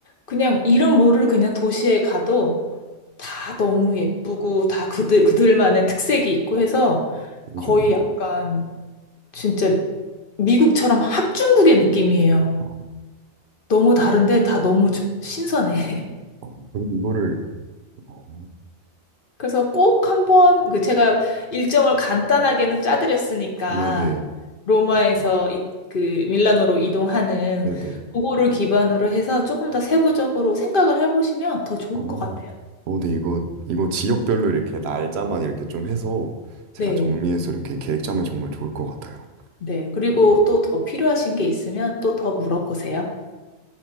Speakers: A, on the left; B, on the right.
A: 그냥 이름 모를 그냥 도시에 가도 다 너무 예쁘고 다 그들, 그들만의 특색이 있고 해서
B: 되게
A: 거의
B: 좋네요.
A: 약간 진짜 미국처럼 합중국의 느낌이에요.
B: 아,
A: 너무 다른데 다 너무 저- 신선해. <laughs>
B: 아, 그럼 이거를 어,
A: 그래서 꼭 한번 그 제가 일정을 간단하게는 짜드렸으니까
B: 네네.
A: 로마에서
B: 어,
A: 이, 그 밀라노로 이동하는
B: 네네.
A: 그거를 기반으로 해서 조금 더 세부적으로 생각을 해보시면 더 좋을
B: 어.
A: 것 같아요.
B: 어, 네, 이거, 이거 지역별로 이렇게 날짜만 이렇게 좀 해서 제가
A: 네.
B: 정리해서 이렇게 계획 짜면 정말 좋을 것 같아요.
A: 네. 그리고
B: 어,
A: 또 더 필요하신 게 있으면 또 더 물어보세요.